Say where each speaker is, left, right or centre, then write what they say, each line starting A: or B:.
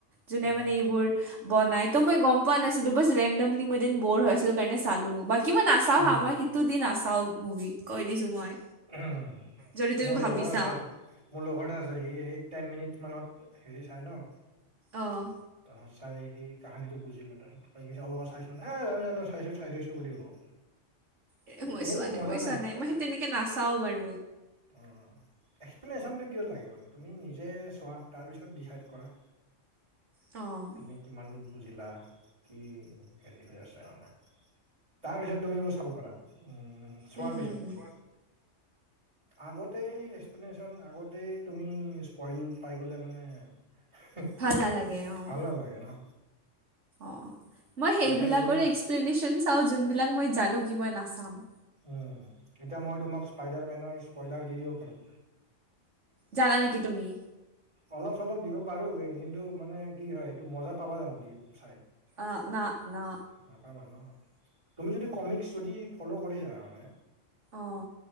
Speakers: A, on the right; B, on the right.
A: যোনে
B: উম
A: মানে এইবোৰ। বনাই তো মই গম পোৱা নাছিলো। জাষ্ট ৰেণ্ডমলি মই এদিন ব'ৰ হৈ আছিলো কাৰণে চালো। কি মই নাচাওঁ
B: উম
A: হা মই সিটো দি নাচাওঁ মুভি কৈ দিছোঁ মই।
B: উম
A: যদি তুমি
B: মোৰ
A: ভাবিছা
B: লগৰ আছে, এ মোৰ লগৰ এটা আছে সি সেই টেন মিনিট মানত। হেৰি চাই ন।
A: অহ।
B: তাৰপিছত চাই সি কাহানীটো বুজি ললে তাৰ পাছত, সি চাই, এ জানো জানো চাইছো চাই থৈছো বুলি কব।
A: এ মই
B: সেইটো
A: চোৱা
B: মজা
A: মই চোৱা
B: নাই,
A: মই সেই তেনেকে নাচাও বাৰু
B: অঁ অঁ। এক্সপ্লেনেশ্যনটো কিয় লাগে মানে, তুমি নিজে চোৱা তাৰ পিছত ডিচাইড কৰা।
A: অঁ।
B: তুমি কিমান দূৰ বুজিলা, কি হেৰি হৈ আছে মানে। তাৰ পিছত তুমি মোৰ চাব পাৰা। উম চোৱাৰ
A: উম হুম
B: পিছত
A: হুম
B: মানে, আগত এক্সপ্লেনে্যন আগতে তুমি স্পইল পাই গ'লে মানে, হে হে,
A: ভাল নালাগে অঁ
B: ভাল নালাগে ন।
A: অঁ, মই সেইবিলাকৰ
B: এতিয়া যদি
A: এক্সপ্লেনেশ্যন চাওঁ যোনবিলাক মই জানো কি মই নাচাম।
B: উম, এতিয়া মই তোমাক স্পাইডাৰ মেনৰ স্পইলাৰ দি দিব পাৰো।
A: জানা নেকি তুমি?
B: অলপ চলপ দিব পাৰো বে, <unintelligible> কিন্তু মানে কি হয় এইটো মজাত, পাবা জানোঁ <unintelligible> চাই?
A: অঁ না না
B: নাপাবা ন'। তুমি যদি, কমিক্স যদি ফ'ল' কৰিছা মানে,
A: অঁ